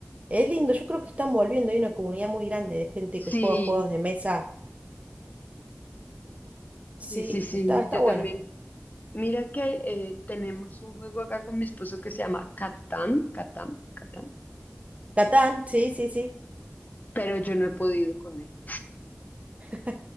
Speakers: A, on the right; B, on the left.
A: Es lindo, yo creo que están volviendo, hay una comunidad muy grande de gente
B: sí,
A: que juega juegos de mesa. Sí,
B: sí, sí, sí.
A: está, está
B: Yo
A: bueno.
B: también. Mira que eh, tenemos un juego acá con mi esposo que se llama Catán, Catán, Catán.
A: Catán, sí, sí, sí.
B: pero yo no he podido con él,
A: <laughs>